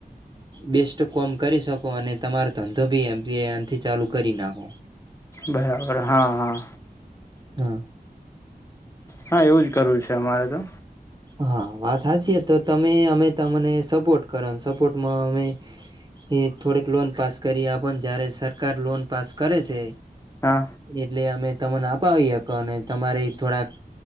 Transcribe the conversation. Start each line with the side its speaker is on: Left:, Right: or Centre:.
Right: બેસ્ટ કોમ કરી શકો અને તમારો ધંધો બી એમથી ચાલુ કરી નાખો
Left: બરા વરા હા હા
Right: હા
Left: હા એવું જ કરવું છે અમારે તો
Right: હા વાત સાચી તો તમે અમે તમને સપોર્ટ કરો સપોર્ટમાં અમે એ થોડીક લોન પાસ કરી આપને જારે સરકાર લોન પાસ કરે છે
Left: હા
Right: એટલે અમે તમને અપાવી શ અને તમારે થોડાક